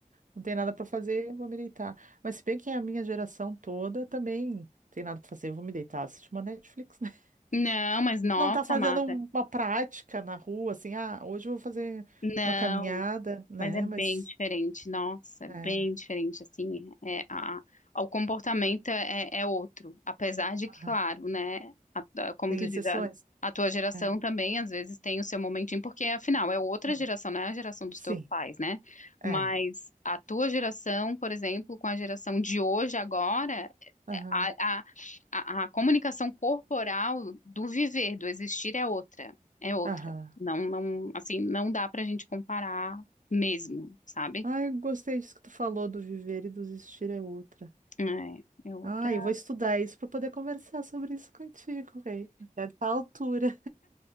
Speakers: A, on the right; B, on the left.
A: Não tem nada para fazer, vou me deitar. Mas se bem que a minha geração toda também não tem nada para fazer, vou me deitar, assistir uma Netflix, né? <laughs>
B: Não, mas nossa,
A: Não tá fazendo
B: Mata.
A: um- uma prática na rua, assim, ah, hoje eu vou fazer
B: Não.
A: uma caminhada, né?
B: Mas é bem
A: Mas
B: diferente, nossa, é
A: é,
B: bem diferente, assim, é, a, a- o comportamento é, é outro, apesar de que,
A: aham,
B: claro, né, a- a- como
A: tem
B: tu
A: exceções.
B: diz, a, a tua geração
A: É,
B: também, às vezes, tem o seu momentinho, porque, afinal, é outra
A: é,
B: geração, não é a geração dos
A: sim,
B: teus pais, né, mas
A: é.
B: a tua geração, por exemplo, com a geração de hoje, agora,
A: Aham,
B: a, a, a, a comunicação corporal do viver, do existir é outra, é outra.
A: aham.
B: Não, não, assim, não dá pra gente comparar mesmo, sabe?
A: Ai, gostei disso que tu falou do viver e do existir é outra.
B: É, é outra.
A: Ah, eu vou estudar isso para poder conversar sobre isso contigo, rei. Até essa altura.